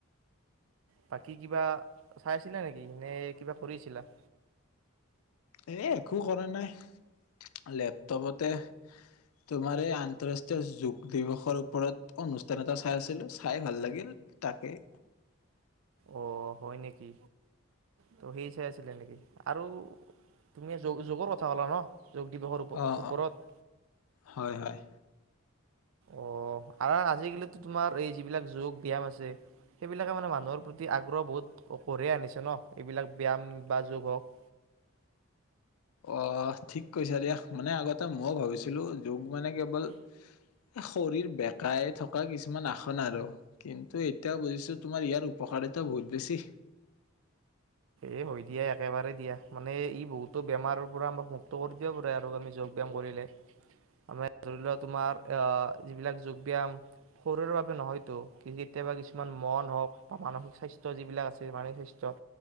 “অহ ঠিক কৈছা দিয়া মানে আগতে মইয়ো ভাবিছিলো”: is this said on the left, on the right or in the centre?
Left